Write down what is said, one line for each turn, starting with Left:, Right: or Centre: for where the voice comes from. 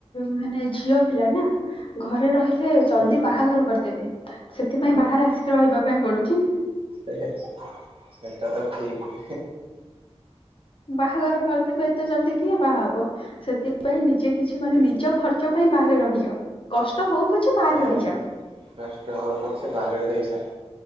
Left: ମାନେ ଝିଅ ପିଲା ନା ଘରେ ରହିଲେ
Right: ହୁଁ
Left: ଜଲଦି ବାହାଘର କରିଦେବେ ସେଥିପାଇଁ ବାହାରେ ଆସିକି ରହିବା ପାଇଁ ପଡୁଛି।
Right: ହେ ହେ ସେଟା ତ ଠିକ।
Left: ବାହାଘର କରିଦେବେ ଏତେ ଜଲଦି କିଏ ବାହା ହବ, ସେଥିପାଇଁ ନିଜେ କିଛି ମାନେ
Right: ଠିକ
Left: ନିଜ ଖର୍ଚ୍ଚ ର୍ଚ୍ଚ ପାଇଁ ବାହାରେ ରହିଯାଅ କଷ୍ଟ ହଉ ପଛ ବାହାରେ
Right: ହୁଁ
Left: ରହିଯାଅ।
Right: କଷ୍ଟ ହଉ ପଛେ ବାହାରେ ରହିଯାଅ।